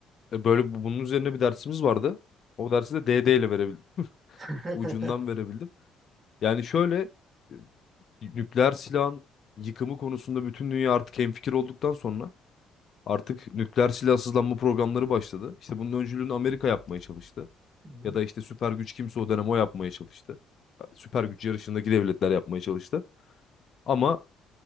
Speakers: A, on the left; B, on the right.
A: E, böyle bu- bunun üzerine bir dersimiz vardı. O dersi de DD ile verebildim.
B: <laughs> Hı
A: Ucundan verebildim. Yani şöyle e, nükleer silahın yıkımı konusunda bütün dünya artık hemfikir olduktan sonra artık nükleer silahsızlanma programları başladı. İşte bunun öncülüğünü Amerika yapmaya çalıştı.
B: hı.
A: Ya da işte süper güç kimse o dönem o yapmaya çalıştı. Süper güç yarışındaki devletler yapmaya çalıştı. Ama